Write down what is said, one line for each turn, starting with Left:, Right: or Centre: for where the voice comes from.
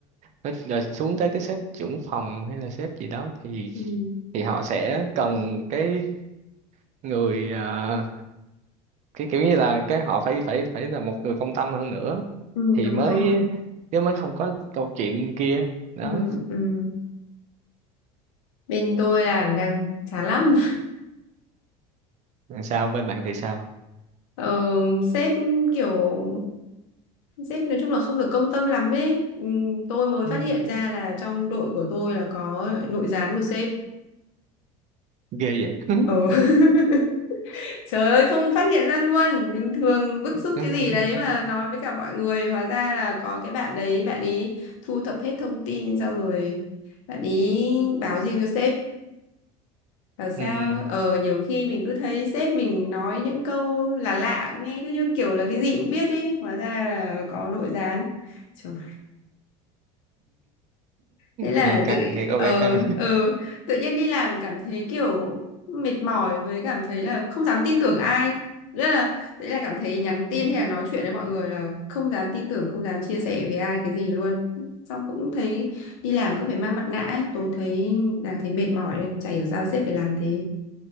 Right: nói, rồi xuống tới cái sếp trưởng phòng hay là sếp gì đó thì
Left: ừ,
Right: thì họ sẽ cần cái người ờ, cái kiểu như là cái họ phải phải phải là một người công tâm hơn nữa
Left: ừ,
Right: thì
Left: Đúng
Right: mới
Left: rồi.
Right: chứ mới không có câu chuyện kia đó
Left: Ừ, ừ. Bên tôi làm đang chán lắm
Right: sao bên bạn thì sao
Left: <laughs> ờ, sếp kiểu sếp nói chung là không được công tâm lắm ấy ừ, tôi mới
Right: Ừ,
Left: phát hiện ra là trong đội của tôi là có nội gián của sếp
Right: ghê vậy <laughs>
Left: ờ <laughs> trời ơi không phát hiện ra luôn bình thường bức
Right: <laughs>
Left: xúc cái gì đấy mà nói với cả mọi người hóa ra là có cái bạn đấy bạn ấy thu thập hết thông tin xong rồi bạn ấy báo riêng cho sếp Bảo sao
Right: ừ,
Left: ờ nhiều khi mình cứ thấy sếp mình nói những câu là lạ nghe cứ như kiểu là cái gì cũng biết ý hóa ra là có nội gián Trời, thế là
Right: nghe căng
Left: tự
Right: nghe có
Left: ờ
Right: vẻ căng
Left: ờ tự nhiên đi làm cảm thấy kiểu mệt mỏi với cảm thấy là không dám tin tưởng ai rất là đấy là cảm thấy nhắn tin
Right: <laughs>
Left: hay là nói chuyện với mọi người là không dám tin tưởng không dám chia sẻ với ai cái gì luôn xong cũng thấy đi làm cứ phải mang mặt nạ ấy. tôi thấy đang thấy mệt mỏi đây chả hiểu sao sếp phải làm thế